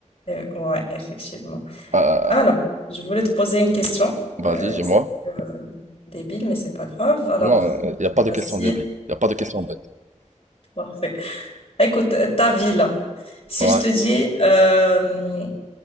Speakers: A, on the left; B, on the right.
A: Euh, ouais, effectivement.
B: Euh,
A: Alors, je voulais te poser une question.
B: vas-y,
A: Euh,
B: dis-moi.
A: c'est, euh, débile, mais c'est pas grave. Alors,
B: Non, il a pas
A: voici.
B: de question débile. Il a pas de question bête.
A: Parfait. Écoute, ta vie là. Si
B: Ouais.
A: je te dis, euh,